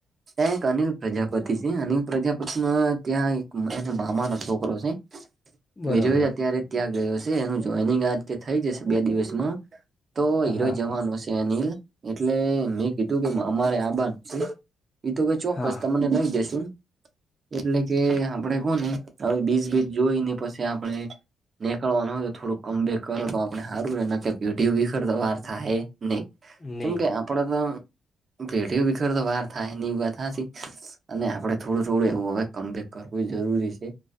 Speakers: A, on the right; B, on the left.
A: ત્યાં એક અનિલ પ્રજાપતિ છે અનિલ પ્રજાપતિમાં ત્યાં મામા નો છોકરો છે
B: બરોબર
A: વિજય અત્યારે ત્યાગ ગયો છે એનું એની ગાજ કે થઈ જશે બે દિવસમાં તો
B: હા
A: હીરો
B: હા
A: જવાનો હશે. અનિલ એટલે મેં કીધું કે અમારે આબાનું છે એ તો ભાઈ ચોક્કસ
B: હા
A: તમને લઈ જસું એટલે કે આપડે કોને હવે બીચ બીચ જોઈને પછી આપણે નેકળવાના હોય તો થોડું કમ બેક કરો તો આપણે હારુ રે નકર બ્યૂટી વિખેરતા વાર થાહે નહી
B: નહી
A: ચમ કે પણ ન અ પેઢીઓ વિખર તો વાર થાય નહીં ઈ વાત હાચી અને આપડે થોડું થોડું એવું કમબેક કરવું જરૂરી છે.